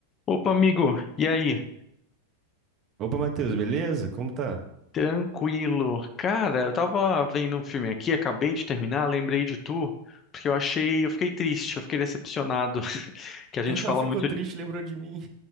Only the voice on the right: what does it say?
Opa, Matheus, beleza? Como tá?
<laughs>
Ficou
triste, lembrou de mim.